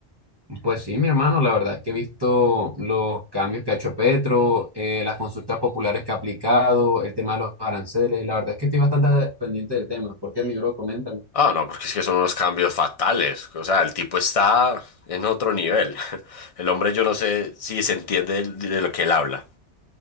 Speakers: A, on the right; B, on the left.
A: Pues sí, mi hermano, la verdad es que he visto los cambios que ha hecho Petro, eh, las consultas populares que ha aplicado, el tema de los aranceles. La verdad es que estoy bastante pendiente del tema. ¿Por qué, mi bro? Coméntame.
B: Ah, no, porque es que son unos cambios fatales. O sea, el tipo está en otro nivel. <laughs> El hombre, yo no sé si se entiende de de lo que él habla.